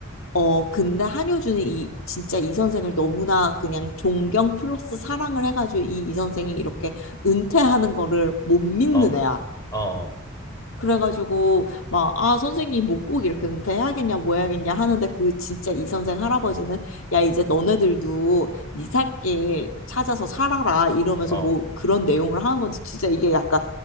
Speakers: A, on the left (about 75°); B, on the left (about 15°).
A: 어 근데 한효주는 이 진짜 이 선생을 너무나 그냥 존경 플러스 사랑을 해가지고 이 이 선생이 이렇게 은퇴하는 거를 못 믿는
B: 어,
A: 애야.
B: 어,
A: 그래가지고 막 아 선생님 못 꼭 이렇게 은퇴해야겠냐 뭐 해야겠냐 하는데 그 진짜 이 선생 할아버지는 야 이제 너네들도 네 살길 찾아서 살아라 이러면서
B: 어,
A: 뭐 그런 내용을 하는 건데 진짜 이게 약간